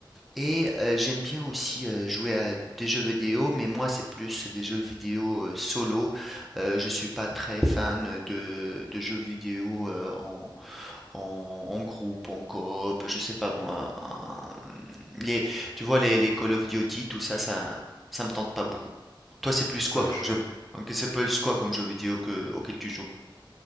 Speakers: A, in the centre; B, on the left.
A: Et euh, j'aime bien aussi euh, jouer à des jeux vidéo, mais moi c'est plus des jeux vidéo euh, solo. Euh, je suis pas très fan de, de jeux vidéo euh, en, en, en groupe, en coop, je sais pas moi. un- Les, tu vois, les, les Call of Duty, tout ça, ça, ça me tente pas beaucoup. Toi, c'est plus quoi
B: Ouais,
A: comme
B: je vois.
A: jeu, ok, c'est plus quoi comme jeu vidéo que, auquel tu joues?